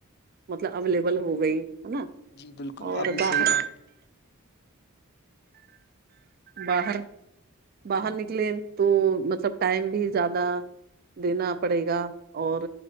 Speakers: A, on the right; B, on the left.
A: مطلب اویلیبل ہو گئی ہے نا
B: جی بالکل
A: اور
B: آپ نے
A: باہر
B: صحیح بات
A: باہر باہر نکلیں تو مطلب ٹائم بھی زیادہ دینا پڑے گا اور